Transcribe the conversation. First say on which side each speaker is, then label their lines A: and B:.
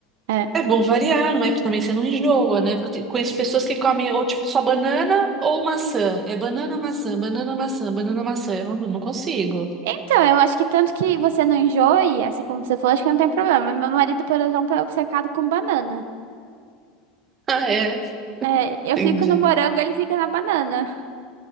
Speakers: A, on the right (about 75°); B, on the right (about 20°).
A: É.
B: É bom variar, não é? Porque também você não enjoa, né? Porque eu te- conheço pessoas que comem ou tipo só banana ou maçã. É banana, maçã, banana, maçã, banana, maçã. Eu não, não consigo. <laughs>
A: Então, eu acho que tanto que você não enjoe, assim como você falou, acho que não tem problema. Meu marido, por exemplo, é obcecado com banana.
B: Ah, é.
A: É, eu
B: Entendi.
A: fico no morango, ele fica na banana.